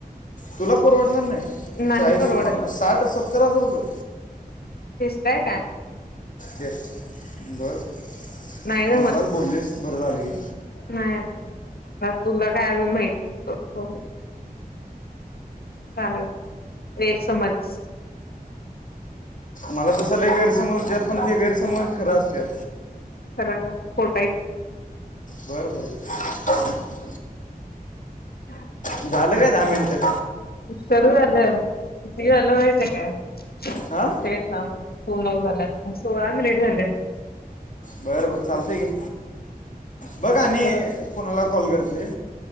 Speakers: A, on the left; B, on the left.
A: तुला परवडणार नाही..
B: नाही
A: चाळीस
B: परवडत
A: पन्नास साठ सत्तर हजार रुपये.
B: य का
A: येस बरं
B: नाही जमत
A: मलाच बोललीस बरं झालं की
B: नाही अजून तुला काय अजून माहितनाय चालेल गैरसमज
A: मला तसलही गैरसमोरच्यात पण ते गैरसमोर खरं असतेत.
B: खरा ना खोटाय.
A: बरं बरं
B: <inaudible>
A: झालं काय दहा मिनटं
B: किती झालं माहिती काय
A: हां
B: इथे <unintelligible> सोळा मिनिट झालेत
A: बरं बरं चालतय घे, बघ आणि
B: परत
A: कोणाला कॉल करते.